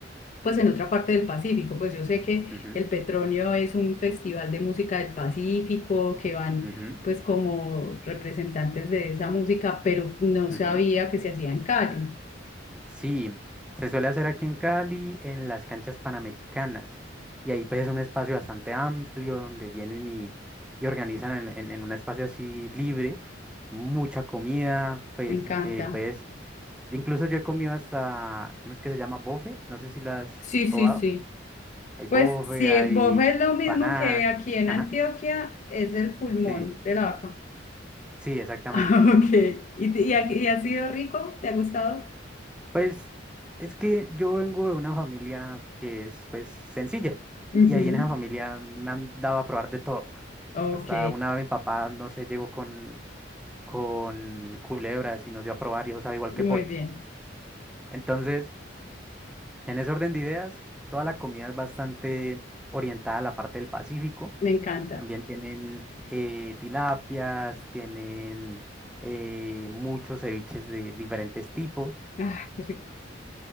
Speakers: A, on the left; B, in the centre.
A: pues en otra parte del Pacífico. Pues yo sé que
B: ujú,
A: el Petronio es un festival de música del Pacífico, que van
B: ujú,
A: pues como representantes de esa música, pero no
B: ujú.
A: sabía que se hacía en Cali.
B: Sí, se suele hacer aquí en Cali, en las canchas panamericanas. Y ahí pues es un espacio bastante amplio donde vienen y, y organizan en, en- en un espacio así libre, mucha comida, pues,
A: Me encanta.
B: eh, pues, incluso yo he comido hasta, ¿cómo es que se llama? Bofe, no sé si lo has
A: Sí,
B: probado.
A: sí, sí.
B: Hay
A: Pues
B: bofe,
A: sí,
B: hay
A: en bofe es lo
B: empanada,
A: mismo que aquí en
B: ajá,
A: Antioquia, es el pulmón
B: sí,
A: de la vaca. <laughs>
B: sí, exactamente.
A: Ah, ok. ¿Y, y, ha, y ha sido rico? ¿Te ha gustado?
B: Pues es que yo vengo de una familia que es pues sencilla
A: Ujú.
B: y ahí en esa familia me han dado a probar de todo.
A: Ok,
B: Hasta una vez mi papá, no sé, llegó con, con culebras y nos dio a probar y eso sabe igual
A: muy
B: que pollo.
A: bien.
B: Entonces, en ese orden de ideas, toda la comida es bastante orientada a la parte del Pacífico.
A: Me encanta.
B: También tienen eh, tilapias, tienen eh, muchos ceviches de diferentes tipos.
A: Ah, qué rico.